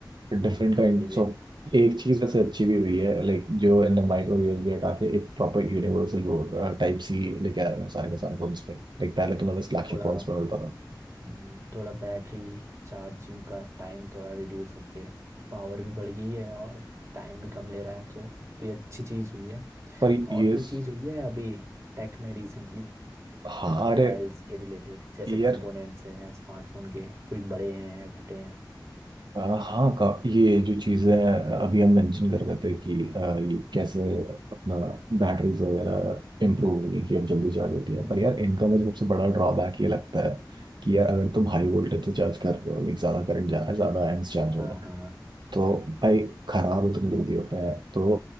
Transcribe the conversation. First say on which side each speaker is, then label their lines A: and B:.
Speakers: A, on the right; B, on the right.
A: डिफरेंट
B: हाँ
A: काइंड्स
B: ये भी
A: ऑफ
B: है
A: एक चीज़ वैसे अच्छी भी हुई है लाइक जो इन माइक्रो यूएसबी हटा के एक प्रॉपर यूनिवर्सल टाइप सी लेके आया है सारे के सारे फोन्स पे लाइक पहले
B: हम्म,
A: तुम्हें बस फ्लैगशिप
B: थोड़ा
A: फोन्स पे मिलता था
B: हम्म, थोड़ा बैटरी चार्जिंग का टाइम थोड़ा रिड्यूस होके पावर भी बढ़ गई है और टाइम भी कम ले रहा है तो भी अच्छी चीज़ हुई है
A: पर ये
B: और कोई
A: स-
B: चीज़ हुई है अभी टेक में रिसेंटली
A: हाँ
B: मोबाइल्स
A: अरे
B: के रिलेटेड जैसे
A: यार
B: कंपोनेंट्स हैं स्मार्टफोन के कोई बड़े हैं या घटे हैं
A: आ, हाँ का ये जो चीजें अभी हम मेंशन कर रहे थे कि आ, ये कैसे अपना बैटरीज वगैरह इम्प्रूव हुई कि अब जल्दी चार्ज होती है
B: हम्म,
A: पर यार इनका मुझे सबसे बड़ा ड्रॉबैक ये लगता है कि यार अगर तुम हाई वोल्टेज से चार्ज कर रहे हो लाइक ज्यादा करंट जा रहा है ज्यादा एम्स चार्ज हो
B: हाँ
A: रहा
B: हाँ
A: है तो भाई खराब इतनी जल्दी होता है तो